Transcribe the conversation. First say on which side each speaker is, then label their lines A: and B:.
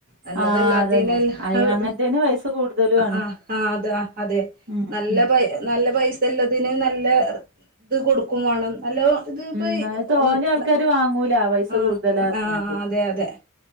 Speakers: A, on the right; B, on the right.
A: നല്ലതല്ലാത്തീന്
B: ആഹ് അതന്നെ അയ്
A: അഹ്
B: അങ്ങനത്തേന് പൈസ കൂടുതലു ആണ്
A: ആഹ് ആഹ് അത്ആ അതെ
B: ഉം
A: നല്ലപൈ
B: ഉം
A: നല്ലപൈസല്ലതിന് നല്ല ഇത്കൊട്ക്കുംവാണം നല്ലോംഇത്
B: ഉം
A: <unintelligible>
B: അത് തോനെ ആൾക്കാര് വാങ്ങൂല പൈസ
A: ആഹ്
B: കൂടുതലാ പറഞ്ഞാട്ട്
A: ആഹ് അതെ അതെ